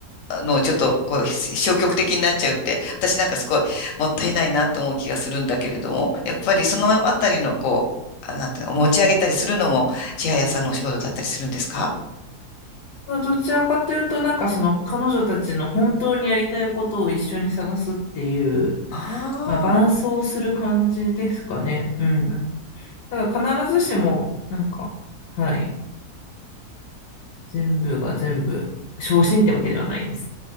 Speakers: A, on the left (about 65°); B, on the left (about 80°).
A: あの、ちょっと、こう、消極的になっちゃうって、私なんかすごいもったいないなと思う気がするんだけれども、やっぱりそのあたりの、こう、あなんていうの、持ち上げたりするのも、千早さんのお仕事だったりするんですか
B: まあどちらかというと、なんかその彼女たちの本当にやりたいことを一緒に探すっていう、
A: あ
B: まあ伴走する感じですかね。うん。だから必ずしも、なんか、はい。全部が全部、昇進ってわけではないです。